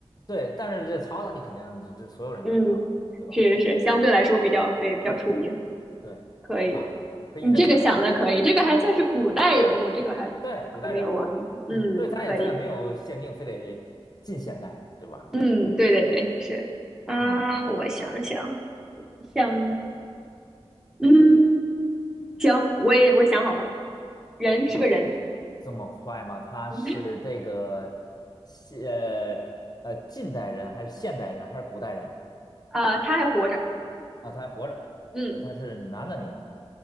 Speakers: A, on the left; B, in the centre.
A: 对。但是这曹操你肯定这这所有人都知道，
B: 嗯，
A: 对吧？
B: 是是是，相对来说比较对比较出名，
A: 啊，对啊，
B: 可以。
A: 可以你再想一个，
B: 你这个想的可以，这个还算是古代人物，这个还
A: 对，古代人物，
B: 还没有完。嗯，
A: 对，咱也咱也没有限定，
B: 可以。
A: 非得近现代，对吧？
B: 嗯，对对对，是。啊，
A: 嗯，
B: 我想想，想，嗯，行，我也我想好了，人是个人，
A: 哇，这么快吗？
B: <laughs>
A: 他是这个现呃呃近代人还是现代人还是古代人
B: 嗯啊，他还活着，
A: 啊？他还活着，
B: 嗯，
A: 那他是男的女的？